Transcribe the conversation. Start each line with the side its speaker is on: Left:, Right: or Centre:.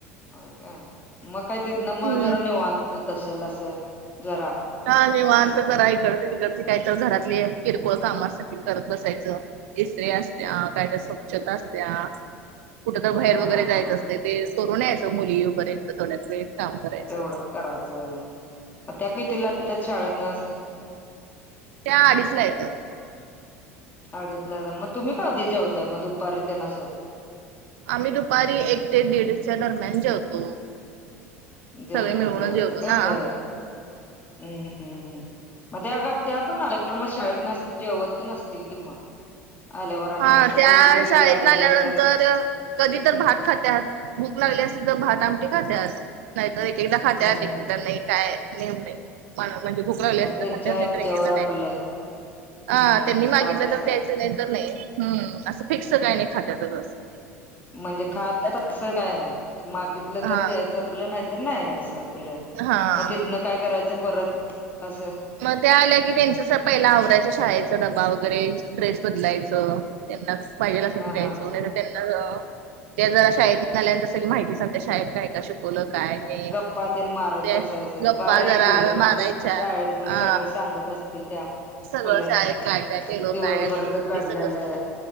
Left: हो काय, मग काय तिथ न मग
Right: हम्म
Left: जरा निवांत होत असल असं जरा
Right: का निवांत
Left: असं
Right: जरा इकडत तिकडची काय तर घरातली किरकोळ कामं असल ती करत बसायचं इस्ञी असत्या कायत स्वच्छता असत्या कुठं तर बाहेर
Left: हा
Right: वगैरे
Left: हा
Right: जायचं
Left: हा
Right: असतय ते करून यायचं मुली यवू पर्यंत थोड्यात वेळ काम करायचं.
Left: तेवढं करायचं मग त्या कितीला येत्यात शाळेत ना असं?
Right: त्या अडीच ला येतात.
Left: अडीच ला मग तुम्ही का आधी जेवताय मग दुपारी तेन असं
Right: आम्ही दुपारी एक ते दीडच्या दरम्यान जेवतो.
Left: जेव
Right: सगळे मिळवून
Left: जेवायचं
Right: जेवतो
Left: काय
Right: ना.
Left: त्यावेळे हम्म हम्म, मग त्या - त्या पण आल्या पण मग शाळेत असं जेवत तेन असतील किं मग आल्यावर आणि
Right: हा
Left: असं
Right: त्या
Left: भूक वगैरे
Right: शाळेतनं
Left: लागलं
Right: आल्यानंतर
Left: तर
Right: कधी तर भात खात्यात, भूक लागली असली तर भात आमटी, खात्यात नाहीतर एक एकदा खात्यातं
Left: हम्म हम्म
Right: नाही काय नेम नाही म्हणजे भूक लागली
Left: मग त्यांच्या
Right: तर खत्यात
Left: ह्याच्यावर
Right: नाही तर
Left: आपलं
Right: नाही
Left: हम्म
Right: अ- त्यांनी मागितलं
Left: खात असेल
Right: तर द्यायचं नाही तर नाही हम्म, असं फिक्स काही नाही खात्यातच
Left: म्हणजे खातात असं काय नाही मागितलं
Right: हा
Left: तर द्यायचं आपलं नाही तर नाही असं आपल
Right: हा.
Left: मग तिथनं, काय करायचं परत असं
Right: मग त्या आल्या की त्यांच पहिला आवऱ्याच्या शाळेचा डबा वगैरे ड्रेस बदलायचं त्यांना पाहिजे असं
Left: हा
Right: द्यायचं
Left: हा
Right: वगै त्यांना त्या जरा शाळेत आल्या सगळी माहिती सांगते शाळेत काय का शिकवलं काय नाही.
Left: गप्पा तेन मारत
Right: ते
Left: बसायचं
Right: गप्पा
Left: भारी
Right: जरा
Left: क उलट
Right: मारायच्या
Left: मग शाळेत
Right: अ
Left: सगळं, सांगत असतील त्या
Right: सगळं
Left: उलट
Right: शाळेत काय काय केलो
Left: दिवसभरचं
Right: काय नाही
Left: घडलेलं
Right: ते सगळं सांग